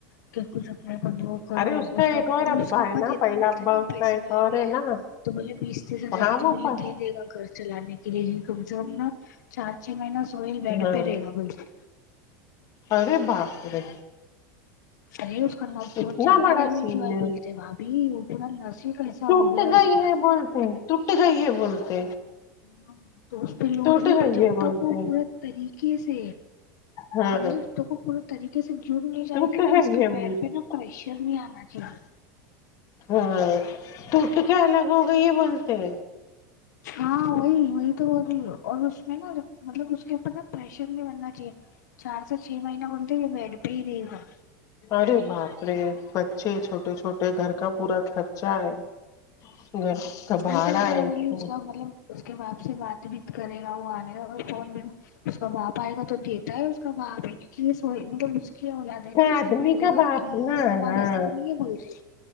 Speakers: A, on the left; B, on the left.
A: کیا کچھ اپنے کو کرو
B: ارے
A: اس کا
B: ایک اور
A: مطلب اس کا ابا
B: نا
A: دیتا
B: پہلا
A: ہے ب
B: ابا
A: <unintelligible> اور
B: اس
A: پیسے
B: کا ایک
A: والے
B: اور ہے نا
A: تو بلے بیس تیس ہزار
B: وہاں
A: تو
B: وہ
A: ملے
B: پر
A: دیے دے گا گھر چلانے کے لیے کم سے کم نا چار چھ مہینہ سوہیل بیڈ
B: ہاں
A: پہ رہے گا بالکل
B: ارے باپ رے
A: ارے اس کا نس بہت
B: اتنا
A: زیادہ
B: بڑا
A: ڈیمیج
B: سین
A: ہوا ہے بولتے بھابھی وہ پورا نس
B: تٹ
A: ہو گیا
B: گئی
A: اس کا
B: ہے بولتے تٹ گئی ہے بولتے
A: ہاں تو اس پہ لوٹ
B: ٹوٹ
A: نہیں
B: گئی
A: پاتی جب
B: ہے
A: تک
B: بولتے
A: کو
B: ہیں
A: پورے طریقے سے
B: ہاں
A: سمجھو تو کو پورے طریقے سے جڑ نہیں جائے
B: ٹوٹ
A: گی
B: گئی
A: نا اس کے
B: ہے
A: پیر
B: بولتے
A: پہ نا پریشر نہیں آنا چاہیے
B: ہاں توٹ کیا الگ ہوگائی بولتے ہیں
A: ہاں وہی وہی تو اور اس میں نا مطلب اس کے اوپر نا پریشر نہیں بننا چاہیے چار سے چھ مہینہ بولتے یہ بیڈ پہ ہی رہے گا
B: ارے باپ رے بچے ہے چھوٹے چھوٹے گھر کا پورا خرچہ ہے گھر کا بھاڑا
A: وہ تو مطلب
B: ہے
A: وہ بولی
B: کو
A: اس کا مطلب اس کے باپ سے بات چھیت کرے گا وہ آنے گا اور فون بھی اس کا باپ ائے گا تو دیتا ہے اس کا باپ یہ سو مطلب اسکی اولاد ہے نا
B: آدمی
A: اس کے پہلے
B: کا
A: باپ کی یہ
B: نا
A: اس کا باپ
B: ہاں
A: اصلی نئی ہے بولتے